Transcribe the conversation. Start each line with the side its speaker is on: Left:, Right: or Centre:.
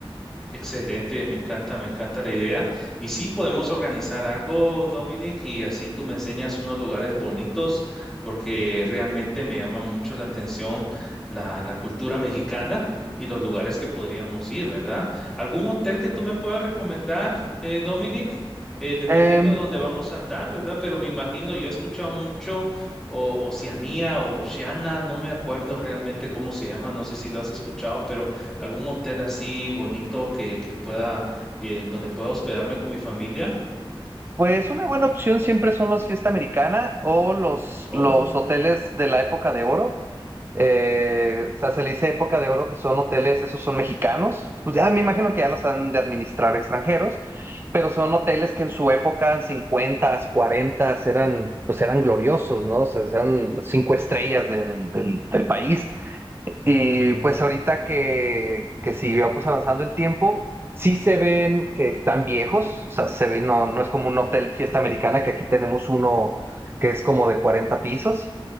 Centre: Excelente, me encanta, me encanta la idea. Y sí, podemos organizar algo, Dominic, y así tú me enseñas unos lugares bonitos, porque realmente me llama mucho la atención la, la cultura mexicana y los lugares que podríamos ir, ¿verdad? ¿Algún hotel que tú me puedas recomendar, eh, Dominic? Eh, dependiendo
Right: Em,
Centre: de dónde vamos a andar, ¿verdad? Pero me imagino, yo he escuchado mucho o, Oceanía o Oceana, no me acuerdo realmente cómo se llama, no sé si lo has escuchado, pero algún hotel así bonito que, que pueda, eh, en donde pueda hospedarme con mi familia.
Right: pues una buena opción siempre son las fiesta americana o los,
Centre: Oh,
Right: los hoteles de la época de oro. Eh, o sea, se le dice época de oro que son hoteles, esos son mexicanos. Pues ya me imagino que ya los han de administrar extranjeros, pero son hoteles que en su época, en 50, 40, eran, pues eran gloriosos, ¿no? O sea, eran las cinco estrellas de- del, del- del país. Y pues ahorita que, que siguió pues avanzando el tiempo, sí se ven que están viejos, o sea, se ven, no, no es como un hotel fiesta americana, que aquí tenemos uno que es como de cuarenta pisos,